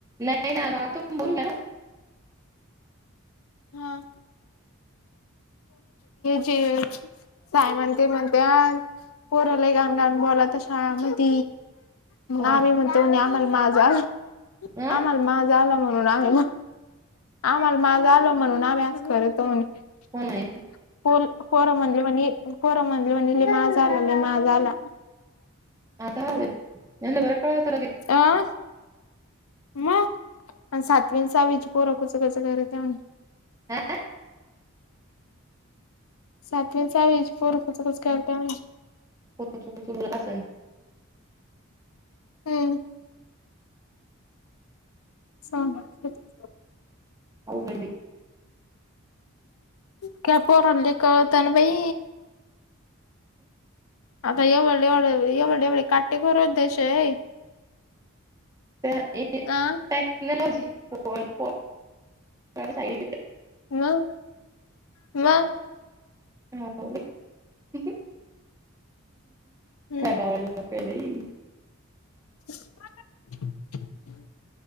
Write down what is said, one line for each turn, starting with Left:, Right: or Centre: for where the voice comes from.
Right: नाही नाही मला तू बोलू ना.
Left: हा जे. साई म्हणते म्हणते पोरला गाण गाण बला तशा म त. मग
Right: फोन
Left: आम्ही म्हणतो आम्हाला मा झा आला
Right: हा
Left: आम्हाला मा झा आला म्हणून आम्ही. आम्हाला माझा आलं म्हणून आमहीस करतो म्ह.
Right: फोन म्हणे
Left: पोर म्हणले म्हणे पोरं म्हधले म्हणे लले माझ आला लले माझ आला.
Right: आता हा बाई म्हणलं बरं कळवतं लगे
Left: आ. मग आणि सातवींचावीज पोरकूच कचं घरऊन.
Right: आह.
Left: सातवीच आज पोरखच कच काता.
Right: क क बला अस.
Left: हम्म. सांग <unintelligible>
Right: होऊ <unintelligible>
Left: <unintelligible> कळतंन बाई. आता एवढ एवढ ए एवढे एवढे काटे खो र देश --
Right: टेक्नॉलॉजी
Left: अ
Right: फोन फ <unintelligible> सांगितल --
Left: मगं, म.
Right: ह हम्
Left: हम्म
Right: काय <unintelligible> बाई
Left: <inaudible>